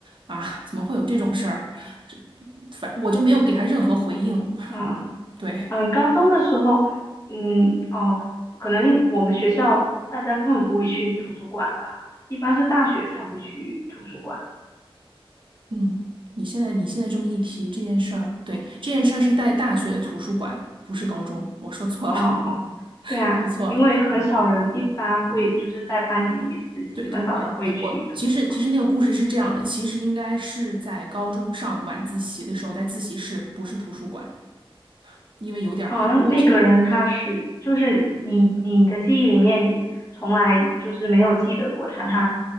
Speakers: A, on the right; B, on the left.
A: 啊，怎么会有这种事儿？是反我就没有给他任何回应。
B: 啊。
A: 对，
B: 嗯，高中的时候，嗯哦，可能我们学校大家根本不会去图书馆吧，一般是大学才会去图书馆。
A: 嗯，你现在你现在这么一提这件事儿，对，这件事儿是在大学的图书馆，不是高中，我说错了，
B: 哦
A: <laughs>
B: 对啊，
A: 记错了。
B: 因为很少人一般会就是在班级里面自习，
A: 对对，
B: 很少人会去图书馆。
A: 嗯，我其实其实那个故事是这样的，其实应该是在高中上晚自习的时候，在自习室，不是图书馆，因为有点儿，
B: 嗯，
A: 因为这，
B: 那个人他是，就是你你的记忆里面，你从来就是没有记得过他，他